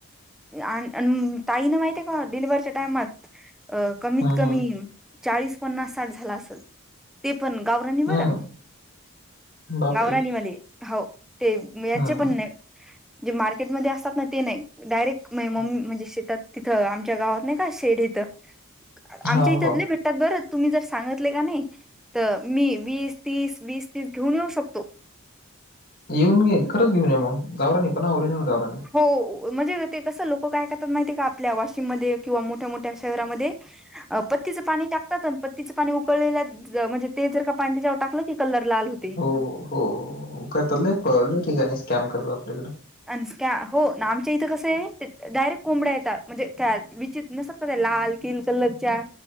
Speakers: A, in the centre; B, on the left.
A: आ अन् ताईनं माहिती ए का डिलिव्हरीच्या टाइमात अ कमीत
B: हम्म
A: कमी चाळीस पन्नास साठ झाला असल. ते पण गावराणी
B: हम्म
A: बरं,
B: बापरे
A: गावराणी वाले हो ते याचे
B: हम्म
A: पण नाही. जे मार्केटमध्येध्ये असतात ना ते नाही. डायरेक्ट मेमोन
B: हम्म.
A: म्हणजे शेतात तिथं आमच्या गावात नाही का शेड इथं आमच्या
B: हो
A: इथं
B: हो
A: लई भेट त्यात बरं, तुम्ही जर सांगातले का नाही तर मी वीस तीस वीस तीस घेऊन येऊ शकतो.
B: येऊन घे, खरंच घेऊन ये मग, गावराण नाही ओरिजिनल गाव नाही.
A: हो म्हणजे ते कसं लोक काय करतात माहितीय का, आपल्या वाशिम मध्ये किंवा मोठ्या मोठ्या शहरामध्ये
B: <unintelligible>
A: पत्तीचं पाणी टाकतात, पत्तीचं पाणी उकळलेलं म्हणजे ते जर का पाणी त्येज्यावर टाकलं की कलर लाल होतं.
B: हो, हो करतात लई ठिकाणी स्कॅम करतात आपल्याकड
A: अ स्कॅ, हो नामच्या इथं कसंय डायरेक्ट कोंबड्या येतात म्हणजे त्या विचित न लाल, किल कलरच्या